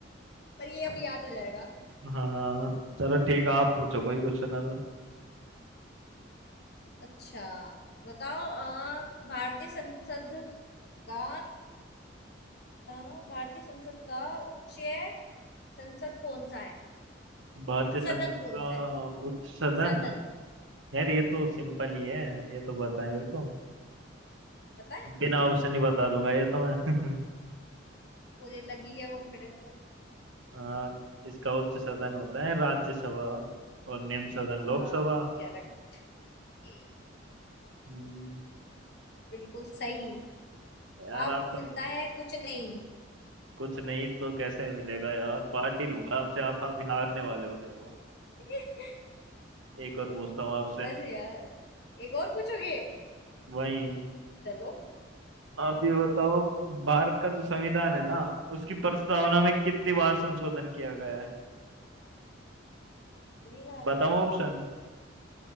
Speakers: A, on the left; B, on the right.
A: पर ये अभी
B: <laughs>
A: याद हो जाएगा
B: हाँ चलो ठीक है आप पूछो कोई क्वेश्चन अब
A: अच्छा बताओ आ, भारतीय संसद का अ, भारतीय संसद का उच्च संसद कौन सा है
B: भारतीय संसद
A: सदन कौन
B: का
A: सा है
B: उच्च सदन
A: सदन
B: यार ये
A: हम्म
B: तो सिंपल ही है ये तो पता है मेरे को
A: पता है
B: बिना ऑप्शन ही बता दूंगा ये तो मैं
A: मुझे लगी गया कॉन्फिडेंस से
B: <laughs> आ, इसका उच्च सदन होता है राज्यसभा और निम्न सदन
A: हाँ
B: लोकसभा
A: करेक्ट यही
B: हम्म,
A: बिल्कुल सही
B: यार
A: आपको
B: आप पर
A: मिलता
B: तो
A: है कुछ नहीं
B: कुछ नहीं तो कैसे मिलेगा यार पार्टी लूंगा आपसे आप आप हारने वाले हो देखो
A: <laughs>
B: एक और पूछता हूँ आपसे
A: बस यार एक और पूछोगे
B: वही
A: चलो
B: आप ये बताओ भारत का जो संविधान है ना उसकी प्रस्तावना में कितनी बार संशोधन किया गया है
A: कितनी बार
B: बताओ ऑप्शन